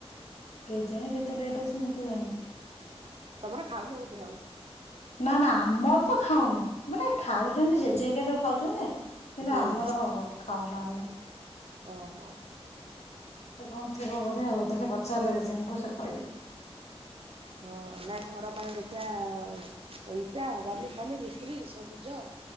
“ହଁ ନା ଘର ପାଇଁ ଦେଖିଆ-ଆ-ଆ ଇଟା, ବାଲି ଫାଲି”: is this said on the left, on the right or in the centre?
Right